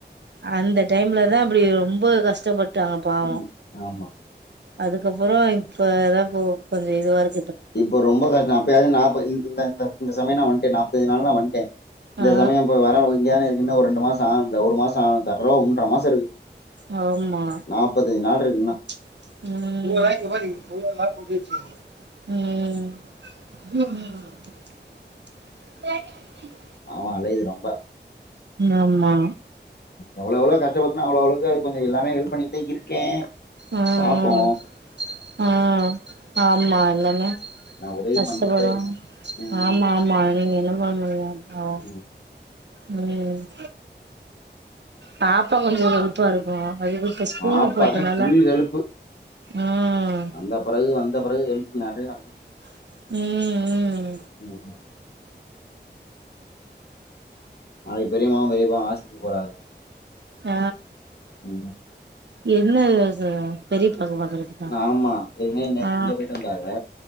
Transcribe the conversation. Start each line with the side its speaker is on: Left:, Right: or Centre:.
Right: அந்த டைம்லதா அப்டி ரொம்ப கஷ்டபட் ட்டாங்க பாவொ
Left: ம் ஆமா
Right: அதுக்கப்பறொ இப்ப தா போ கொஞ்சொ இதுவா இருக்
Left: இப்ப ரொம்ப கஷ்டொ அப்பயாது நாப்ப இந் இந்த இந்த இந்த சமய நா வன்டேன் நாப் தஞ்சு நாள் நா வன்ட்டே இந்த
Right: ஆ
Left: சமயம்ப்ப வர ஒ இங்கியான இருக்கின்டா ஒர் ரெண் டு மாச ஆகுந்த ஒரு மாச ஆகு தரோ ஒன்ற மா சருகு
Right: ஆ ஆமா
Left: நாப்பத்தஞ்சு நாள்ருகு இன்னா
Right: ம் ம்
Left: ஆமா அலையிது ரொம்ப
Right: ஆமா
Left: எவ்ளவ்ளொ கஷ்டப்பத்துனா அவ்ளொவ்ளக்கு அதுக்கொஞ்ச எல்லாமே ஹெல்ப் பண்ணிட்தே இருக்கே
Right: ம்
Left: பாப்போ
Right: ம் ம் ஆமா எல்லத் <unintelligible>
Left: நா உதவி
Right: கஷ்டப்படு
Left: பண்ணிக்கிட்டே இருக்கே ம்
Right: ஆமா ஆமா நீங்க என்னம் <unintelligible> ஓ
Left: ம்
Right: ம் பாப்பாக் கொஞ்சொ ஹெல்ப்பா இருக்கு அதுக்கு இப்ப ஸ்கூலுக்கு
Left: பாப்பாதே
Right: போயிட்டனால
Left: ஃபுல் ஹெல்ப்பு
Right: ம்
Left: வந்த பிறகு வந் த பிறகு ஹெல்ப் நெறையா அதே
Right: ம் ம்
Left: ம்ம் நாளைக் பெரிமாவு பெரிப்பாவு ஹாஸ்பிடல் போறாங்க
Right: ஆ
Left: உ
Right: என்ன இது பெரிப் அது வர்ரதுக்கா
Left: ஆமா ஏற்கனவே நேத்து
Right: ஆ
Left: இங்க போயிட்டு வந்தாங்க